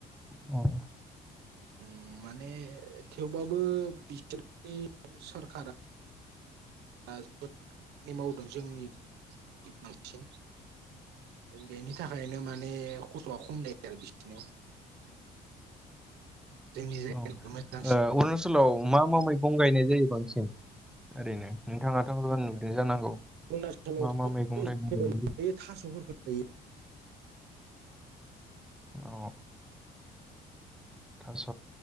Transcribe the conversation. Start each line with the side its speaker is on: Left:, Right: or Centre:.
Centre: औ।
Right: उम माने थेवबाबो बिसोरनि सरखारा आ जोबोद खामानि मावदों जोंनि <inaudible> सिन बेनि थाखायनो माने खस्थ'आ खम जायो आरो बिसिनियाव। जोंनि जायगायाव
Centre: औ ओ
Right: मोजांसिन
Centre: अरुणाचल चलाव मा मा मैगं गायनाय जायो बांसिन ओरैनो नोंथाङाथ' नुदों जानांगौ?
Right: अरुणाचलावथ'
Centre: मा मा मैगं थाइगं गायनाय
Right: <inaudible>
Centre: जायो? अ थास'